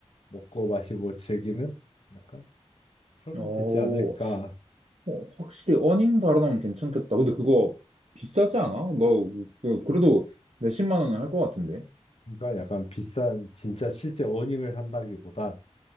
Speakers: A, on the left; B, on the right.
A: 먹고 마시고 즐기는 약간 그러면
B: 오,
A: 되지 않을까.
B: 어, 확실히 어닝 달아나면 괜찮겠다. 근데 그거 비싸지 않아? 너, 그- 그래도 몇십만 원은 할 것 같은데.
A: 그러니까 약간 비싼 진짜 실제 어닝을 산다기보단